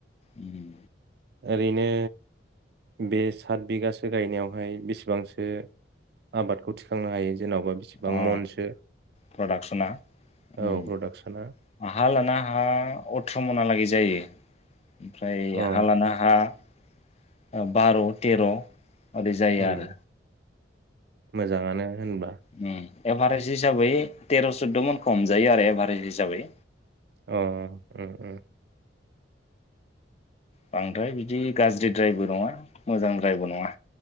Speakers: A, on the left; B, on the right.
A: उम
B: ओरैनो बे सात बिगासो गायनायावहाय बेसेबांसो आबादखौ थिखांनो हायो जेन'बा बेसेबां
A: अ
B: मनसो
A: प्रडाक्सना
B: औ
A: उम
B: प्रडाक्सना
A: हा लाना हा अथ्र मनाहालागै जायो ओमफ्राय
B: अ
A: हा लाना हा बार तेर ओरै जायो
B: उम
A: आरो
B: मोजानङानो होनबा
A: उम उम एभारेजस्ट हिसाबै तेर सुदद मनखौ हमजायो आरो एभारेेजट हिसाबै
B: अ ओ ओ
A: बांद्राय बिदि गाज्रिद्रायबो नङा मोजांद्रायबो नङा